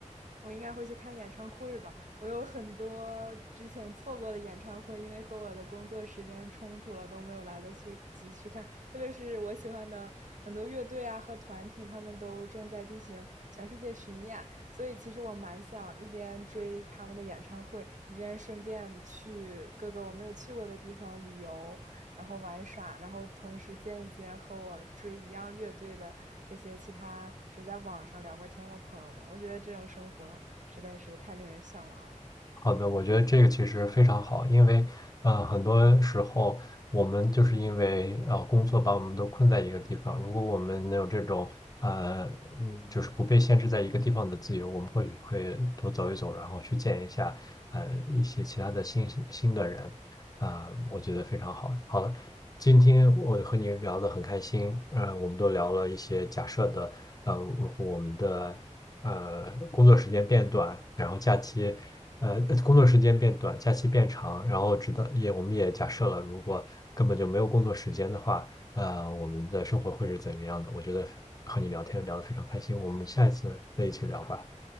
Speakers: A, on the right; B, on the left.
A: 我应该会去看演唱会吧。我有很多之前错过的演唱会，因为和我的工作时间冲突了，都没有来得去及去看。特别是我喜欢的很多乐队啊和团体，他们都正在进行全世界巡演，所以其实我蛮想一边追他们的演唱会，一边顺便去各个我没有去过的地方旅游，然后玩耍，然后同时见一见和我追一样乐队的这些其他只在网上聊过天的朋友们。我觉得这种生活实在是太令人向往了。
B: 好的，我觉得这个其实非常好，因为呃，很多时候我们就是因为呃工作把我们都困在一个地方。如果我们能有这种呃，嗯就是不被限制在一个地方的自由，我们会会多走一走，然后去见一下呃一些其他的新新的人，啊、我觉得非常好。好了，今天我和你聊得很开心，呃，我们都聊了一些假设的，呃，如果我们的。呃，工作时间变短，然后假期呃，工作时间变短，假期变长，然后直到也我们也假设了，如果根本就没有工作时间的话，呃，我们的生活会是怎么样的？我觉得和你聊天聊得非常开心，我们下一次再一起聊吧，